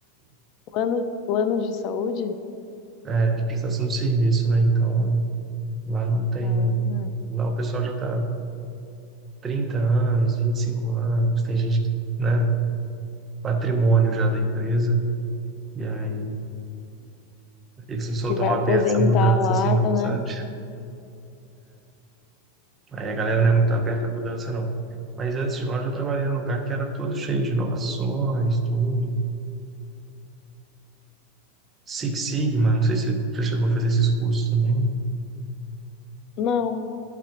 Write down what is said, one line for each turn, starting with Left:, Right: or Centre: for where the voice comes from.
Left: Plano, plano de saúde?
Right: é, de prestação de serviço, né? Então, lá não tem.
Left: Ah,
Right: Lá o pessoal já está 30 anos, 25 anos, tem gente que, né, patrimônio já da empresa, e aí eles não são
Left: que
Right: tão
Left: vai
Right: abertos
Left: aposentar
Right: à mudança
Left: lá,
Right: assim, não,
Left: né?
Right: sabe? Aí a galera não é muito aberta à mudança, não. Mas antes de lá, eu já trabalhei num lugar que era todo cheio de inovações, tudo. Six Sigma, não sei se você já chegou a fazer esses cursos também.
Left: Não.